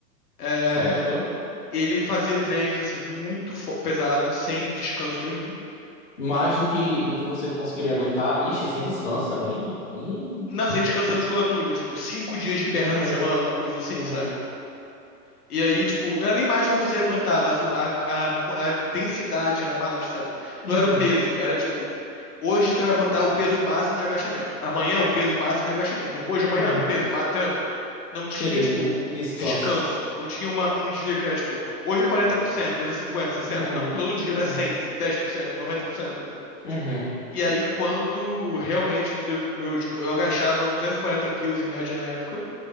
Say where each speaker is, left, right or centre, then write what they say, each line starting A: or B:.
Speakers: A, on the left (about 65°); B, on the left (about 30°).
A: É,
B: Certo.
A: Ele fazia treinos, assim, muito fo- pesados, sem descanso nenhum.
B: Mais do que, do que você conseguiria aguentar. Ixi, sem descanso também. Ih,
A: Não, sem descanso da musculatura, tipo, cinco dias de perna
B: uhum,
A: na semana, coisa assim,
B: uhum,
A: sabe? E aí, tipo, não era nem mais que eu conseguia aguentar, mas o- a, a, a densidade era mais, sabe?
B: uhum,
A: Não era o peso, era tipo, hoje você vai botar o peso máximo de agachamento, amanhã é o peso máximo de agachamento, depois de amanhã,
B: uhum.
A: peso máximo, entendeu? Não tinha,
B: Entendi.
A: tipo,
B: Descanso.
A: descanso, não tinha uma, um dia que era, tipo, hoje é 40%, hoje é 50%, 60%,
B: Uhum,
A: não, todo dia era
B: uhum,
A: cem por cento, dez por cento, noventa por cento, entendeu?
B: uhum.
A: E aí, quando realmente meu, dele- meu, tipo, eu agachava 240 quilos em média na época,